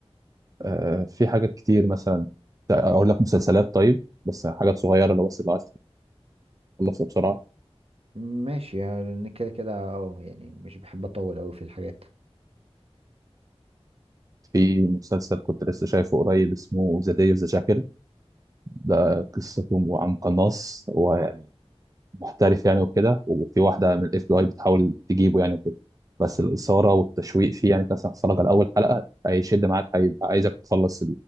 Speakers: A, on the right; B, on the right.
A: آه في حاجات كتير مثلا اقول لك مسلسلات طيب بس حاجات صغيرة لو بس اللي عايز تخلصها بسرعة
B: ماشي يعني كده كده اه يعني مش بحب اطول اوي في الحاجات
A: في مسلسل كنت لسه شايفه قريب اسمه ذا داي اوف ذا جاكل ده قصته عن قناص هو يعني محترف يعني وكده وفي واحدة من الاف بي اي بتحاول تجيبه يعني وكده بس الإثارة والتشويق فيه يعني انت مثلا هتتفرج على أول حلقة هيشد معاك هيبقى عايزك تخلص